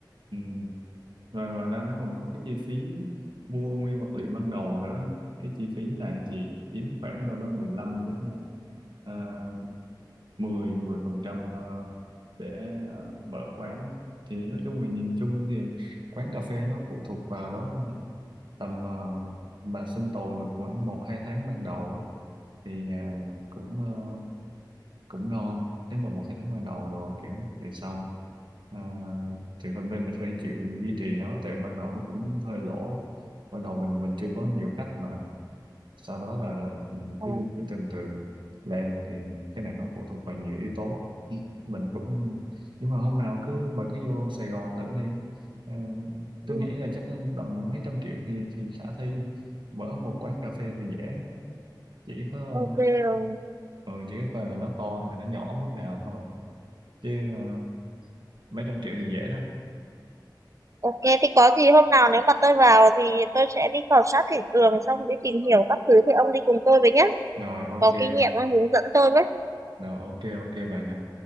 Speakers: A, on the right; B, on the right.
A: ừ. rồi ngoài ra nó còn có cái chi phí mua nguyên vật liệu ban đầu nữa cái chi phí này thì chiếm khoảng đâu đó 15 đến uh, 10 10 phần trăm à, để ờ, mở quán á. thì nói chung là nhìn chung thì quán cà phê nó phụ thuộc vào đó tầm ờ, bà sinh tồn được khoảng một hai tháng ban đầu á, thì ờ, cũng ờ, cũng ngon nếu mà một hai tháng ban đầu đồ kiểu thì xong Ờ, thì phần bên mình phải chịu duy trì nó tại ban đầu nó cũng hơi lỗ ban đầu mình mình chưa có nhiều khách mà sau đó là mình
B: Ờ,
A: cứ, cứ từ từ lên thì cái này nó phụ thuộc vào nhiều yếu tố Ừ. mình cũng nhưng mà hôm nào cứ bà cứ vô Sài Gòn thử đi Ờ, tôi
B: ừ,
A: nghĩ là chắc tầm mấy trăm triệu thì thì khả thi mở một quán cà phê thì dễ chỉ có
B: ok ờ.
A: ờ, ừ, chỉ có coi là nó to hay là nó nhỏ mức nào thôi chứ ờ, mấy trăm triệu thì dễ đó
B: Ok, thì có gì hôm nào nếu mà tôi vào thì tôi sẽ đi khảo sát thị trường xong đi tìm hiểu các thứ thì ông đi cùng tôi với nhé.
A: rồi ok
B: Có kinh nghiệm ông hướng dẫn tôi với.
A: rồi ok ok bà nha